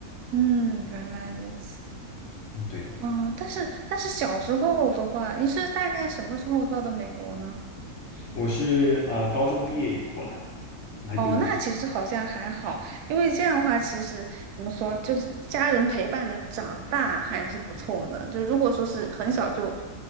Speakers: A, on the right (about 80°); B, on the left (about 60°).
A: 嗯，原来如此。
B: 嗯对的呀。
A: 哦，但是但是小时候的话，你是大概什么时候到的美国呢？
B: 我是呃高中毕业以后过来的，来读。
A: 哦，那其实好像还好，因为这样的话，其实怎么说，就是家人陪伴着长大还是不错的。就如果说是很小就